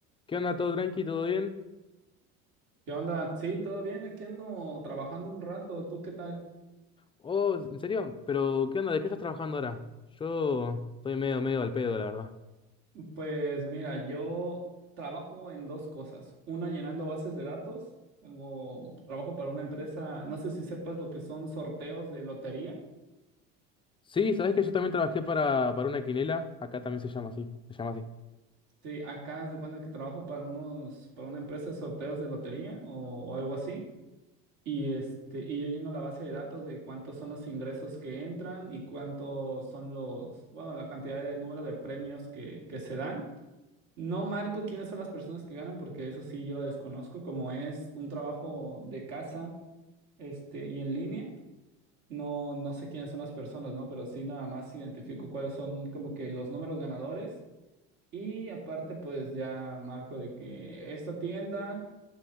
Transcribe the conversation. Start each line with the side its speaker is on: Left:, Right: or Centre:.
Left: ¿Qué onda? ¿Todo tranqui? ¿Todo bien?
Right: ¿Qué onda? Sí, todo bien, aquí ando trabajando un rato. ¿Tú qué tal?
Left: Oh, ¿en serio? ¿Pero qué onda? ¿De qué estás trabajando ahora? Yo estoy medio, medio al pedo, la verdad.
Right: Pues mira, yo trabajo en dos cosas. Una llenando bases de datos. Tengo trabajo para una empresa, no sé si sepas lo que son sorteos de lotería.
Left: Sí, sabés que yo también trabajé para, para una quinela. Acá también se llama así. Se llama así.
Right: Sí, acá haz de cuenta que trabajo para unos, para una empresa de sorteos de lotería o, o algo así. Y este, y yo lleno la base de datos de cuántos son los ingresos que entran y cuántos son los, bueno, la cantidad de número de premios que, que se dan. No marco quiénes son las personas que ganan, porque eso sí yo lo desconozco. Como es un trabajo de casa, este, y en línea, no, no sé quiénes son las personas, ¿no? Pero sí nada más identifico cuáles son como que los números ganadores. Y aparte, pues ya marco de que esta tienda.